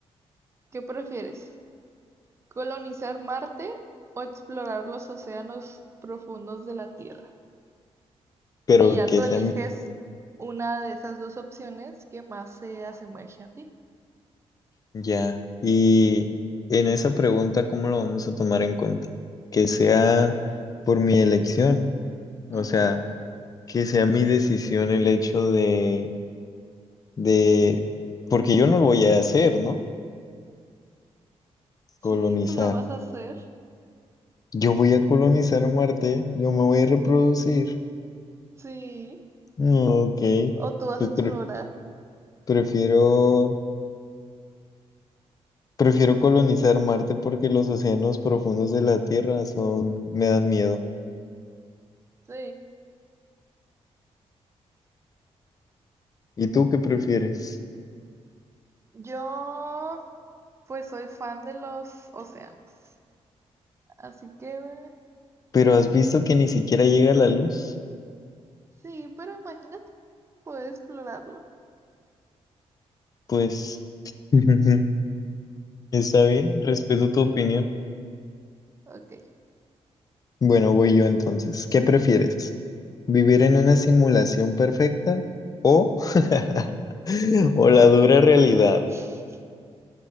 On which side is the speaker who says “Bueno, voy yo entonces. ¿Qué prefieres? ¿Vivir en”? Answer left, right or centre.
Left